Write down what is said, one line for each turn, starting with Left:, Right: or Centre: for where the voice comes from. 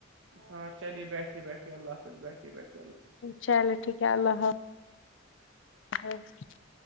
Right: ہاں چلیے بیٹھیے بیٹھیے اللہ حافظ بیٹھیے بیٹے
Left: چلو ٹھیک ہے اللہ حافظ <inaudible>